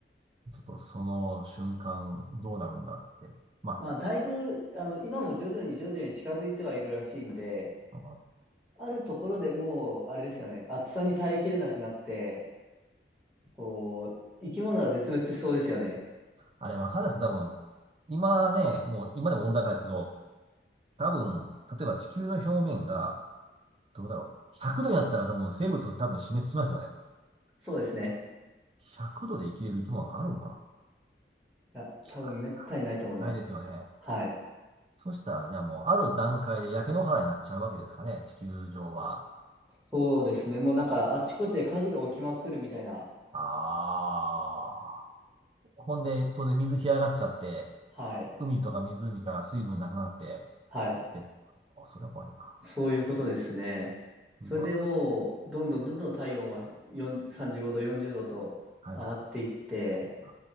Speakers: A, on the right (about 30°); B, in the centre.
A: ちょっとその瞬間どうなるんだって。ま
B: まあ、だいぶ、あの、今も徐々に徐々に近づいてはいるらしいんで、
A: あ、あの
B: あるところでもう、あれですよね、暑さに耐えきれなくなって、こう、生き物は絶滅しそうですよね。
A: あれわかんないですけど、多分、今ね、もう今でも温暖化ですけど、多分、例えば地球の表面が、どうだろう。100度になったら多分生物多分死滅しますよね。
B: そうですね。
A: 100度で生きれる生き物なんかあるのかな
B: いや、
A: いや、
B: 多分めったにないと思います。
A: ないですよね。
B: はい。
A: そしたら、じゃあもうある段階で焼け野原になっちゃうわけですかね、地球上は。
B: そうですね。もうなんか、あちこちで火事が起きまくるみたいな。
A: ああ。ほんで、当然水干上がっちゃって、
B: はい。
A: 海とか湖から水分なくなって、
B: はい。
A: ですよね。おそれは怖いな。
B: そういうことですね。
A: うわ。
B: それでもう、どんどんどんどん体温は4 35度、40度と上がっていって、
A: はいはい。あ